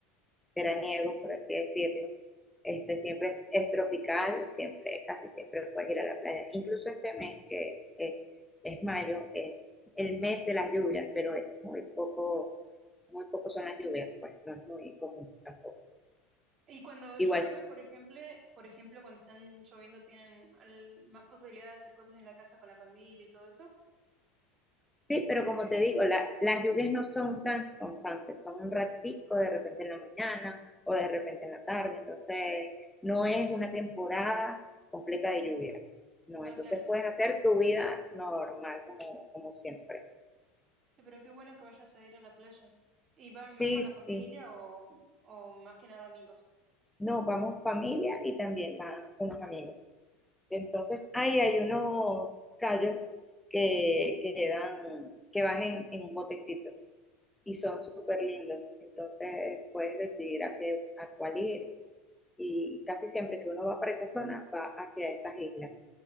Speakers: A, in the centre; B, on the right (about 35°).
A: veraniego, por así decirlo. Este, siempre es, es tropical, siempre, casi siempre puedes ir a la playa. Incluso este mes, que eh, es mayo, es el mes de las lluvias, pero es muy poco, muy poco son las lluvias, pues no es muy común tampoco.
B: Y cuando
A: Igual
B: llueve, por ejemplo, por ejemplo, cuando están lloviendo tienen al- más posibilidad de hacer cosas en la casa con la familia y todo eso.
A: Sí, pero
B: ¿Viste
A: como
B: que?
A: te digo, la- las lluvias no son tan constantes, son un ratico, de repente en la mañana o de repente en la tarde, entonces no es una temporada completa de lluvias, no,
B: Ah,
A: entonces
B: claro,
A: puedes
B: entiendo.
A: hacer tu vida normal como, como siempre.
B: Sí, pero qué bueno que vayas a ir a la playa. ¿Y van más
A: Sí,
B: con la familia
A: sí,
B: o, o más que nada amigos?
A: no, vamos familia y también van unos amigos. Entonces
B: Ah,
A: ahí hay unos callos que, que quedan, que bajen en en un botecito. y son súper lindos. Entonces puedes decidir a, qué, a cuál ir y casi siempre que uno va para esa zona va hacia esas islas